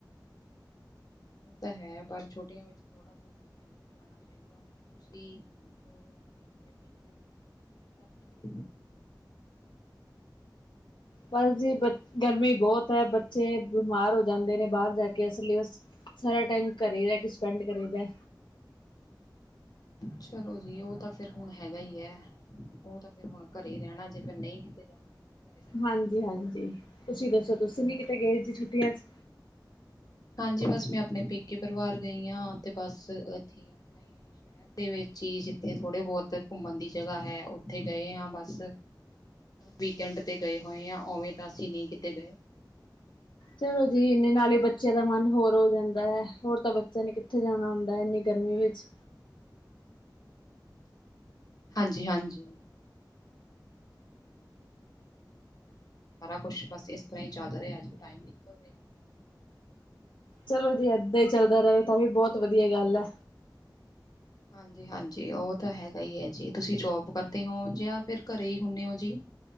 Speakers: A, on the left; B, on the left.
A: ਉਹ ਤਾਂ ਹੈ ਪਰ ਛੋਟੀਆਂ ਵਿੱਚ ਥੋੜਾ ਬਹੁਤ ਕਿ ਜ਼ਰੂਰ। ਜਾਣਾ ਚਾਹੀਦਾ ਤੁਸੀਂ ਹੋਰ ਜ ਆਪਣੇ ਪੇਕੇ ਘਰ ਨਹੀਂ
B: ਬਸ ਜੀ ਗਰਮੀ ਬਹੁਤ ਹੈ ਬੱਚੇ ਬਿਮਾਰ ਹੋ ਜਾਂਦੇ ਨੇ ਬਾਹਰ ਜਾ ਕੇ ਅਸਲ ਵਿੱਚ। ਸਾਰਾ ਟਾਈਮ ਘਰੇ ਹੀ ਰਹਿ ਕੇ ਸਪੈਂਡ ਕਰੀਦਾ।
A: ਚਲੋ ਜੀ, ਉਹ ਤਾਂ ਫਿਰ ਹੁਣ ਹੈਗਾ ਹੀ ਹੈ। ਉਹ ਤਾਂ ਫੇਰ ਹੁਣ ਘਰੇ ਹੀ ਰਹਿਣਾ ਜੇ ਫਿਰ ਨਹੀਂ ਕਿਤੇ ਜਾਣਾ। ਘਰੇ ਤਾਂ ਰਹਿਣਾ
B: ਹਾਂਜੀ,
A: ਹੀ ਹੈ।
B: ਹਾਂਜੀ ਤੁਸੀਂ ਦੱਸੋ ਤੁਸੀਂ ਵੀ ਕਿਤੇ ਗਏ ਸੀ ਛੁੱਟੀਆਂ ਵਿੱਚ।
A: ਹਾਂਜੀ ਬਸ ਮੈਂ ਆਪਣੇ ਪੇਕੇ ਪਰਿਵਾਰ ਗਈ ਹਾਂ ਤੇ ਬਸ ਇੱਥੇ ਆਪਣਾ ਹੀ ਸ਼ਹਿਰ। ਦੇ ਵਿੱਚ ਹੀ ਜਿੱਥੇ ਥੋੜੇ ਬਹੁਤ ਘੁੰਮਣ ਦੀ ਜਗ੍ਹਾ ਹੈ ਉੱਥੇ ਗਏ ਹਾਂ ਬਸ। ਵੀਕਐਂਡ ਤੇ ਗਏ ਹੋਏ ਆ ਉਵੇਂ ਤਾਂ ਅਸੀਂ ਨਹੀਂ ਕਿਤੇ ਗਏ।
B: ਚਲੋ ਜੀ ਇਨੇ ਨਾਲ ਹੀ ਬੱਚਿਆਂ ਦਾ ਮਨ ਹੋਰ ਹੋ ਜਾਂਦਾ ਹੈ ਹੋਰ ਤਾਂ ਬੱਚਿਆਂ ਨੇ ਕਿੱਥੇ ਜਾਣਾ ਹੁੰਦਾ ਹੈ ਇੰਨੀ ਗਰਮੀ ਵਿੱਚ।
A: ਹਾਂਜੀ ਹਾਂਜੀ ਸ ਸਾਰਾ ਕੁਛ ਬਸ ਇਸ ਤਰ੍ਹਾਂ ਹੀ ਚੱਲ ਰਿਹਾ ਜੀ ਟਾਈਮ। ਰਿਹਾ।
B: ਚਲੋ ਜੀ ਏਦਾਂ ਹੀ ਚੱਲਦਾ ਰਹੇੋ ਤਾਂ ਵੀ ਬਹੁਤ ਵਧੀਆ ਗੱਲ ਹੈ।
A: ਹਾਂਜੀ, ਹਾਂਜੀ ਉਹ ਤਾਂ ਹੈਗਾ ਹੀ ਹੈ ਜੀ ਤੁਸੀਂ ਜੋਬ ਕਰਦੇ ਹੋ ਜਾਂ ਫਿਰ ਘਰੇ ਹੀ ਹੁੰਦੇ ਹੋ ਜੀ।